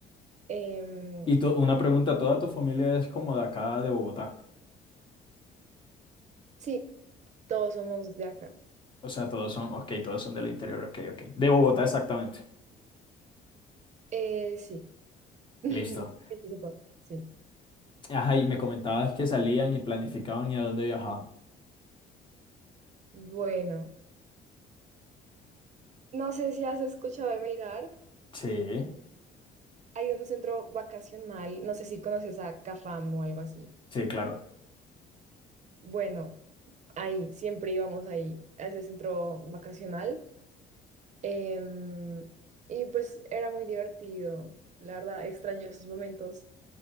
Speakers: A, on the right (about 45°); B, on the left (about 30°).
A: Em,
B: Y to- una pregunta, ¿toda tu familia es como de acá de Bogotá?
A: sí, todos somos de acá.
B: O sea, todos son, ok, todos son del interior, ok, ok. De Bogotá, exactamente.
A: Eh, sí, <laughs> Que
B: Listo.
A: yo sepa, sí.
B: Ajá, y me comentabas que salían y planificaban y a dónde viajaban.
A: Bueno, no sé si has escuchado de Melgar.
B: Sí,
A: hay un centro vacacional, no sé si conoces a Cafam o algo así.
B: sí, claro.
A: Bueno, ahí, siempre íbamos ahí, a ese centro vacacional. Em, y pues era muy divertido, la verdad, extraño esos momentos.